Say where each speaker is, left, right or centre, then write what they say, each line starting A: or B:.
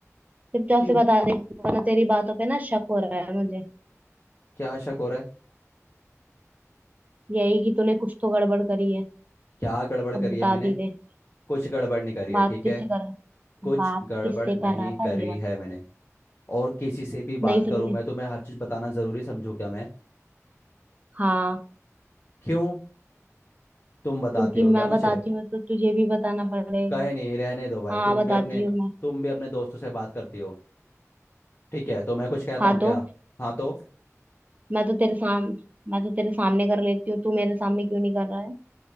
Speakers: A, on the right (about 30°); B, on the left (about 40°).
A: चुपचाप
B: क्यों
A: से बता दे वरना तेरी बातों पे ना शक हो रहा है मुझे
B: क्या शक हो रहा है
A: यही कि तूने कुछ तो गड़बड़ करी है
B: क्या गड़बड़ करी
A: अब बता
B: है मैंने
A: भी दे
B: कुछ गड़बड़ नहीं करी
A: बात
B: है ठीक
A: किससे
B: है
A: कर रहा
B: कुछ
A: बात
B: गड़बड़
A: किससे
B: नहीं
A: कर रहा था
B: करी
A: ये बता
B: है मैंने और किसी से भी बात
A: नहीं सुननी
B: करूं मैं तो मैं हर चीज बताना जरूरी समझू क्या मैं
A: हाँ
B: क्यों तुम बताती
A: क्योंकि
B: हो क्या
A: मैं
B: मुझे
A: बताती हूँ तो तुझे भी बताना पड़ेगा
B: कहे नहीं रहने दो भाई
A: हाँ
B: तुम
A: बताती
B: भी अपने
A: हूँ मैं
B: तुम भी अपने दोस्तों से बात करती हो ठीक है तो मैं कुछ कहता
A: हाँ
B: हूँ क्या
A: तो
B: हाँ तो
A: मैं तो तेरे साम मैं तो तेरे सामने कर लेती हूँ तू मेरे सामने क्यों नहीं कर रहा है